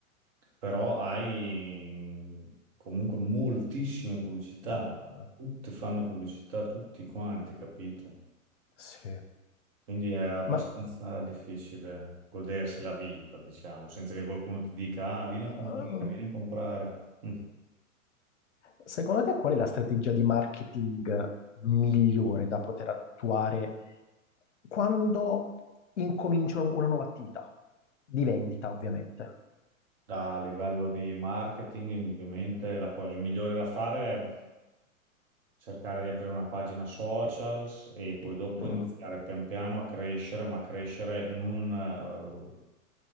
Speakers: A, on the right (about 40°); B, on the left (about 55°).
A: però hai mm, comunque moltissime pubblicità.
B: eh,
A: Tutti fanno pubblicità, tutti quanti, capito?
B: sì.
A: Quindi è abbastanza
B: Ma...
A: difficile godersi la vita, diciamo, senza che qualcuno ti dica, ah, vieni
B: eh,
A: a comprare, vieni a comprare. Mm.
B: Secondo te qual è la strategia di marketing migliore da poter attuare quando incomincio una nuova attività? Di vendita, ovviamente.
A: Da livello di marketing, indubbiamente la cosa migliore da fare cercare di aprire una pagina socials e poi dopo
B: Mm,
A: Mm. iniziare pian piano a crescere, ma crescere non eh,